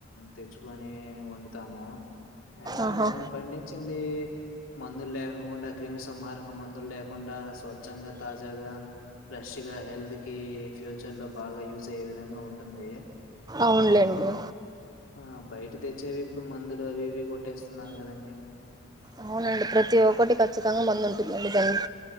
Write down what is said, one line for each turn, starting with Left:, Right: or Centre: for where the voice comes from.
Left: తెచ్చుకొని, వొండుతాము. అంటే
Right: ఆహా
Left: మనం పండించిందీ, మందులు లేకుండా క్రిమిసంహారక మందులు లేకు. కుండా స్వఛంగా తాజాగా, ఫ్రెష్ గా హెల్దీ. కి ఫ్యూచర్ లో బాగా యూజ్ అయ్యే విధంగా ఉంటుందీ.
Right: అవునులేండి
Left: ఆ బయట తెచ్చేవి ఇప్పుడు మందులు అవి ఇవి కొట్టేస్తున్నారు కదండి.
Right: అవునండి ప్రతి ఒక్కటి ఖచ్చితంగా మందు అంటుందండి దని.